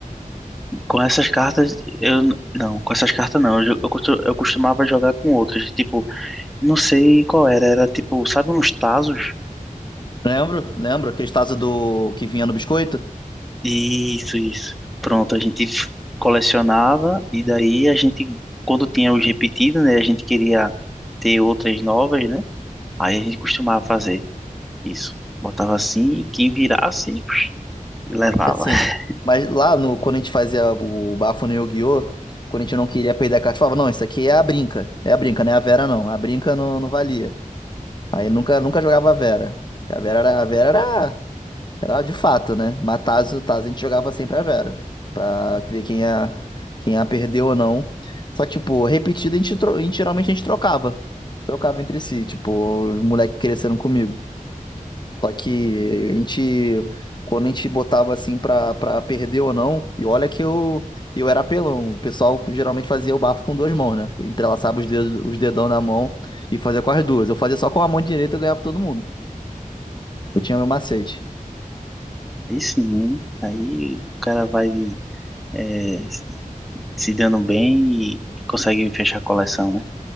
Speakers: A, in the centre; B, on the left (about 30°).
A: Com essas cartas, eu. n- Não, com essas cartas não. Eu, jo- eu, costu- eu costumava jogar com outras. Tipo, não sei qual era. Era tipo, sabe, uns tazos?
B: Lembro, lembro, aqueles tazos do que vinha no biscoito.
A: Isso, isso. Pronto, a gente f- colecionava e daí a gente, quando tinha os repetidos, né, a gente queria ter outras novas, né? Aí a gente costumava fazer isso. Botava assim, quem virasse, levava.
B: É assim.
A: <laughs>
B: Mas lá no, quando a gente fazia o bafo no Yu-Gi-Oh! Quando a gente não queria perder a carta, falava, não, isso aqui é a brinca. É a brinca, não é a Vera, não. A brinca não, não valia. Aí nunca, nunca jogava a Vera. Porque A Vera era, a Vera era Era de fato, né? Mas Tazo, Tazo a gente jogava sempre a Vera. Pra ver quem a, quem a perdeu ou não. Só que, tipo, repetida a gente, tro- a gente geralmente a gente trocava. Trocava entre si, tipo, os moleques cresceram comigo. Só que a gente, quando a gente botava assim pra, pra perder ou não, e olha que eu, eu era apelão. O pessoal geralmente fazia o bafo com duas mãos, né? Entrelaçava os dedos, os dedão da mão e fazia com as duas. Eu fazia só com a mão direita e eu ganhava todo mundo. Eu tinha meu macete.
A: Aí sim, aí o cara vai eh, se se dando bem e consegue fechar a coleção, né?